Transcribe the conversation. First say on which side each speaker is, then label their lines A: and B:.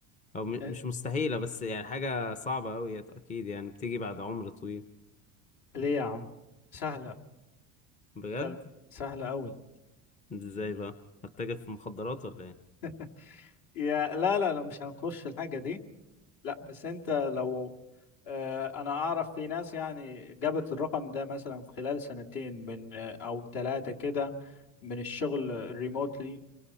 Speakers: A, on the left; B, on the left.
A: او م...
B: إيه،
A: مش مستحيلة بس يعني حاجة صعبة قوي اكيد يعني بتيجي بعد عمر طويل
B: ليه يا عم؟ سهلة
A: بجد
B: خل... سهلة أوي
A: ازاي بقى هتتاجر في مخدرات ولا ايه
B: <laughs> يا لا لا لا مش هنخش الحاجة دي لا بس انت لو آه، انا اعرف في ناس يعني جابت الرقم ده مثلا في خلال سنتين من آه، او ثلاثة كده من الشغل ريموتلي